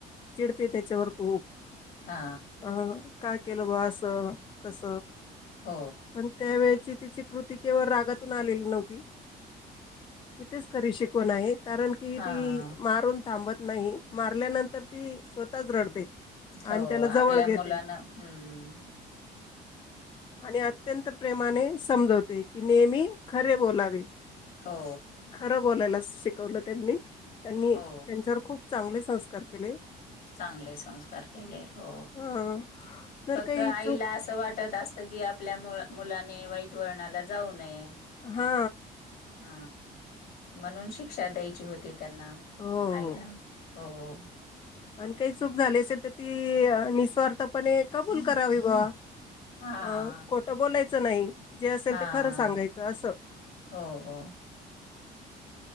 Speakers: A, on the left; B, on the left.
A: चिडते, तेच्यावर खूप.
B: हा.
A: अ का केलं बुवा अस तस
B: हो.
A: पण त्या वेळेची तिची कृती केवळ रागातून आलेली नव्हती, तिथेच खरी शिकवण आहे. कारण की
B: हां.
A: ती मारून थांबत नाही, मारल्यानंतर ती स्वतःच रडते.
B: हो
A: आणि त्याला जवळ
B: आपल्या
A: घेते
B: मुलाना हम्म.
A: आणि अत्यंत प्रेमाने समजवते की नेहमी खरे बोलावे
B: हो
A: खरं बोलायला शिकवलं त्यांनी त्यांनी
B: हो.
A: त्यांच्यावर खूप चांगले संस्कार केले.
B: चांगले संस्कार केले हो
A: अ जर
B: फक्त
A: काही
B: आईला
A: चूक
B: असं वाटत असतं. की आपल्या मुलाने वाईट वळणाला जाऊ नये.
A: हा
B: ह म्हणून शिक्षा द्यायची होती त्यांना
A: हो
B: आईला
A: हो
B: हो हो
A: आणि काही चूक झाली असेल तर ती निस्वार्थपणे कबूल करावी बा
B: हां.
A: अ खोटं बोलायचं नाही. जे असेल
B: हां.
A: ते खरं सांगायचं असं.
B: हो.